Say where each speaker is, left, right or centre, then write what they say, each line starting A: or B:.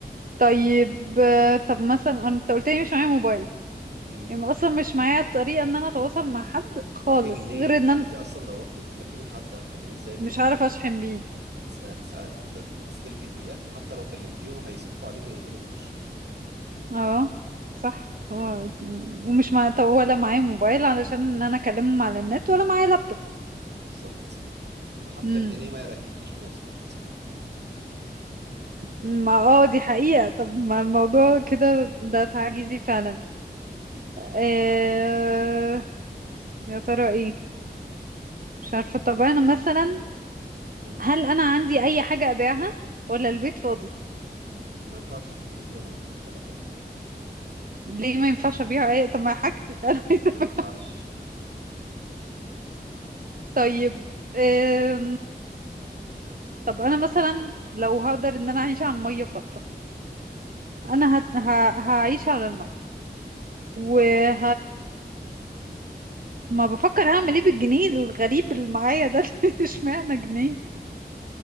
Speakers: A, on the right; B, on the right.
A: طيب آه، طب مثلا انت قلت لي مش معايا موبايل
B: امم
A: يعني اصلا مش معايا طريقة ان انا اتواصل مع حد خالص
B: معاكي جنيه
A: غير ان
B: يعني
A: انا
B: انت اصلا لو رحتي تكلمي حد هتكلميه ازاي بجنيه
A: مش هعرف اشحن بيه
B: هتس... هتس... هت- هتستلفي دقيقة حتى لو كلمتيهم هيسفوا عليك ويقفلوا في وشك
A: اه صح تو- ومش مع طب ولا معايا موبايل علشان ان انا اكلمهم على النت ولا معايا لابتوب
B: بالظبط وحتى
A: امم
B: الجنيه ما يركبكيش مواصلات
A: ما اه دي حقيقة طب ما الموضوع كده ده تعجيزي فعلا إيه... يا ترى ايه مش عارفة طب انا مثلا
B: امم
A: هل انا عندي اي حاجة ابيعها ولا البيت فاضي
B: ما ينفعش تبيعي حاجة من الممتلكات
A: ليه ما ينفعش ابيع اي طب ما حاجتي <laughs> انا عايزة
B: ما ينفعش
A: أبيع. طيب إيه... طب انا مثلا لو هقدر ان انا اعيش على المية فترة انا هت... ه... هعيش على المية وه...
B: وبعدين
A: ما بفكر هعمل ايه بالجنيه الغريب اللي معايا ده <laughs> اشمعنى
B: <laughs>
A: جنيه